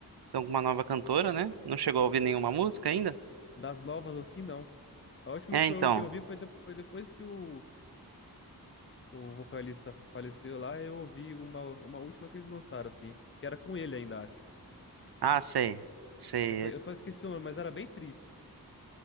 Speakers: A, on the right; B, on the left.
A: estão com uma nova cantora, né? Não chegou a ouvir nenhuma música ainda?
B: Das novas, assim, não. A última
A: É,
B: foi,
A: então.
B: o que eu vi foi, de- foi depois que o, o vocalista faleceu lá, eu ouvi uma, uma última que eles lançaram, assim, que era com ele ainda, acho.
A: Ah, sei, sei.
B: Eu só, eu só esqueci o nome, mas era bem triste.